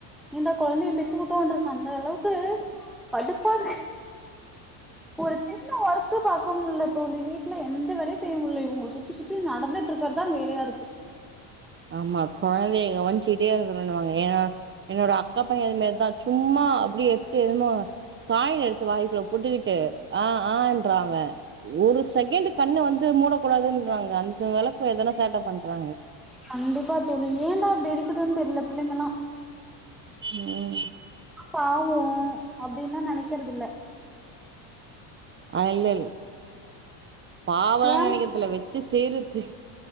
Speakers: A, in the centre; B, on the right.
A: ஏன்டா கொழந்தைய பெத்துக்கிட்டோன்றுக்கு அந்த அளவுக்கு கடுப்பாருக்கு பொரிச்சு ன்ன ஒர்க்கு பாக்க முடில தோழி வீட்ல எந்த வேலையு செய்ய முடில இவங்கள சுத்தி சுத்தி நடந்துட்டு இருக்கிறதா வேலையா இருக்கு
B: ஆமா கொழந்தைய கவனிச்சிட்டே இருக்கணுன் வாங்க ஏனா என்னோட அக்கா பைய அந்த மேர்தா சும்மா அப்படியே எத்து எதுமோ காய எடுத்து வாய்க்குள்ள போட்டு கிட்டு ஆ ஆன்றங்கா ஒரு செகண்ட் கண்ணு வந் மூடக்கூடாதுன்றாங்க அந்த வேலக்கோ எதனா சேட்ட பண்றாங்க
A: கண்டிப்பா தோழி ஏன்தா இப்டி இருக்குதுன்னு தெரில பிள்ளைங்களா
B: ம்
A: பாவோ அப்டின் தா நெனைக்கறதுல்ல
B: ஆ இல் பாவலா
A: ஏம்
B: நெனைக்கறது இல்ல வெச்சி செய்றது